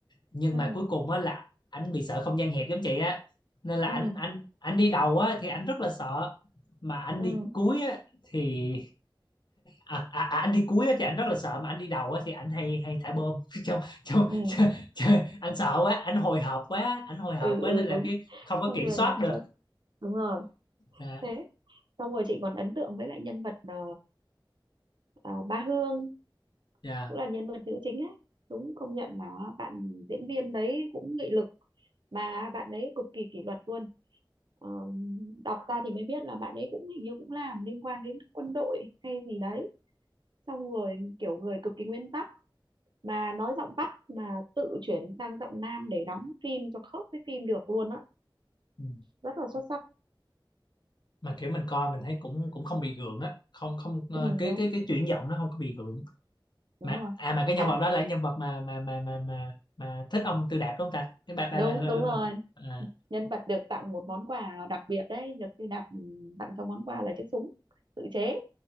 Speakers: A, on the left (about 60°); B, on the right (about 60°).
A: nhưng
B: ừ
A: mà cuối cùng á là ảnh bị sợ không gian hẹp giống chị á nên là
B: ừ
A: ảnh ảnh ảnh đi đầu á thì ảnh rất là sợ mà ảnh
B: ừ
A: đi cuối á thì à, à, à, anh đi cuối á thì anh rất là sợ mà anh đi đầu á thì anh hay hay thả bom <laughs> trong trong
B: ừ
A: trời, anh sợ quá anh hồi hộp quá anh hồi hộp
B: ừ,
A: quá
B: ừ
A: nên là
B: đúng
A: cái không có
B: xong
A: kiểm
B: rồi
A: soát
B: làm
A: được
B: cho đúng rồi
A: à,
B: thế xong rồi chị còn ấn tượng với lại nhân vật ờ, ờ, Ba Hương
A: dạ.
B: cũng là nhân vật nữ chính ấy đúng công nhận là bạn diễn viên đấy cũng nghị lực mà bạn ấy cực kỳ kỷ luật luôn Ờ, đọc ra thì mới biết là bạn ấy cũng hình như cũng làm liên quan đến quân đội hay gì đấy xong rồi kiểu người cực kỳ nguyên tắc mà nói giọng Bắc mà tự chuyển sang giọng Nam để đóng phim cho khớp với phim được luôn á
A: Ừ.
B: rất là xuất sắc
A: mà kiểu mình coi mình thấy cũng cũng không bị gượng á không không ờ,
B: ừ
A: cái
B: đúng
A: cái cái chuyển giọng nó không có bị gượng
B: đúng
A: mà
B: rồi
A: à mà cái
B: à
A: nhân vật đó là cái nhân vật mà mà mà mà mà, mà thích ông Tư Đạp đúng không ta cái bà bà,
B: đúng
A: bà, bà,
B: đúng rồi
A: bà. À,
B: nhân vật được tặng một món quà đặc biệt đấy được được đặt tặng cho món quà là chiếc súng tự chế